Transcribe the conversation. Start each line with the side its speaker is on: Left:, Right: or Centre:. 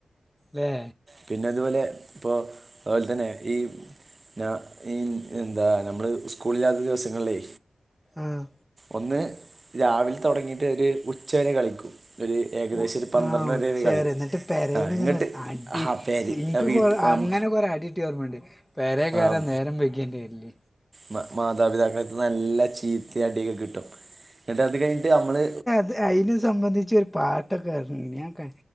Centre: ലേ.
Right: പിന്നെ അതുപോലെ പ്പോ അതുപോൽതന്നെ ഈ. ഞാ ഈ എന്താ ഞ്ഞമ്മള് സ്കൂളില്ലാത്ത ദിവസങ്ങൾലേ.
Centre: ആഹ്.
Right: ഒന്ന് രാവിൽ തൊട്ങ്ങിട്ട് ഒരു ഉച്ചരെ കളിക്കും. ഒരു ഏകദേശം
Centre: ഉ
Right: ഒരു പന്ത്രണ്ടര
Centre: ആഹ് ഉച്ചരെ
Right: വരെ കളിക്കും
Centre: ന്നട്ട് പെരേന്ന്ങ്ങനെ
Right: ആ ഇങ്ങോട്ട്
Centre: അടി
Right: ആ പേര്
Centre: ചി ഇൻക്
Right: ആ വീട്ട്
Centre: കൊറ
Right: ആം,
Centre: അങ്ങനെ. ഒരടിട്ട്യോർമണ്ട് പെരി കേറാൻ
Right: ആം,
Centre: നേരം വെയ്ക്യേൻ്റെര്‌ല്.
Right: മ മാതാപിതാക്കളത്ത്ന്ന് നല്ല ചീത്തി അടിയൊക്കെ കിട്ടും. ന്നട്ട് അത് കയ്ഞ്ട്ട് അമ്മള്
Centre: ത് അയ്ന് സംബന്ധിച് ഒരു പാട്ടൊക്കെർങ്ങിനി ഞാൻ ക